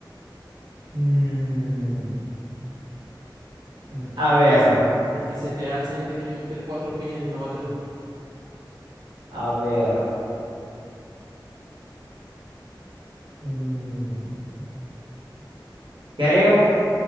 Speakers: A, on the right; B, on the right.
A: Mm, mm, a ver,
B: Y si, y si se te alzan y te quieren meter cuatro piñas y robarte luz.
A: a ver, mm, creo,